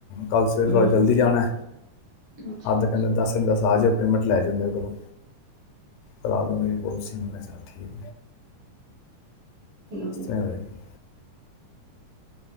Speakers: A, on the left; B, on the right.
A: ਕੱਲ ਸਵੇਰੇ
B: ਹਮ
A: ਥੋੜ੍ਹਾ ਜਲਦੀ ਜਾਣਾ
B: ਅੱਛਾ
A: ਅੱਧ ਕਹਿੰਦੇ ਦਸ ਦ ਆ ਜਾਿਓ ਪੇਮੈਂਟ ਲੈ ਜਾਓ ਮੇਰੇ ਕੋਲੋਂ ਕਰਾ ਦਿਓ ਮੇਰੀ ਪੋਲਸੀ ਠੀਕ
B: ਹਮ
A: ਇਸ ਤਰ੍ਹਾਂ ਹੀ ਹੋਏਗੀ